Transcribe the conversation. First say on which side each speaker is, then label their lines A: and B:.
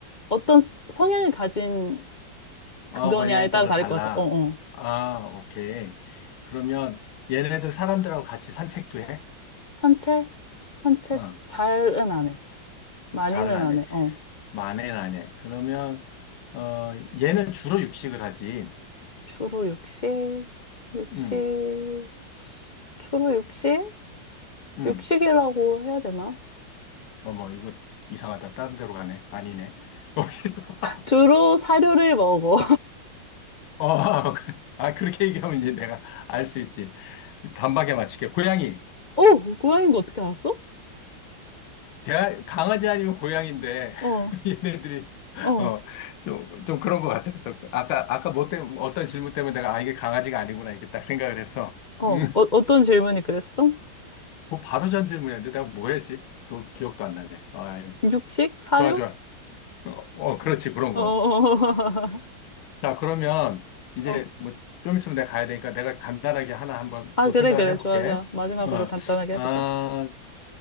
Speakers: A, on the left; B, on the left.
A: 어떤 성향을 가진
B: 어,
A: 그거냐에
B: 분야에
A: 따라
B: 따라
A: 다를
B: 달라.
A: 것 같아. 어, 어.
B: 아, 오케이. 그러면 얘네들 사람들하고 같이 산책도 해?
A: 산책? 산책
B: 어,
A: 잘은 안 해. 많이는
B: 잘은 안
A: 안
B: 해.
A: 해. 어.
B: 만에는 안 해. 그러면, 어, 얘는 주로 육식을 하지.
A: 주로 육식, 육식,
B: 음,
A: 주로 육식?
B: 음.
A: 육식이라고 해야 되나?
B: 어머, 이거 이상하다. 다른 데로 가네. 아니네. <laughs>
A: 주로 사료를 먹어.
B: 어, <laughs> 아, 그렇게 얘기하면 이제 내가 알 수 있지. 단박에 맞출게. 고양이.
A: <laughs> 오, 고양이인 거 어떻게 알았어?
B: 대 강아지 아니면 고양인데,
A: 어, 어,
B: <laughs> 얘네들이,
A: 어,
B: 어, 좀, 좀 그런 것 같았어. 아까, 아까 뭐 때문에, 어떤 질문 때문에 내가, 아, 이게 강아지가 아니구나, 이렇게 딱 생각을 해서.
A: 어,
B: 음,
A: 어떤 질문이 그랬어?
B: <laughs> 뭐 바로 전 질문이었는데, 내가 뭐 했지? 그 기억도 안 나네. 아, 예.
A: 육식? 사료?
B: 좋아, 좋아. 어, 어, 그렇지, 그런
A: 어,
B: 거.
A: <laughs> 어.
B: 자, 그러면 이제
A: 어.
B: 뭐 좀 있으면 내가 가야 되니까 내가 간단하게 하나 한번
A: 아,
B: 또
A: 그래,
B: 생각을
A: 그래.
B: 해볼게.
A: 좋아, 좋아. 마지막으로
B: 어,
A: 간단하게
B: 아,
A: 해보자.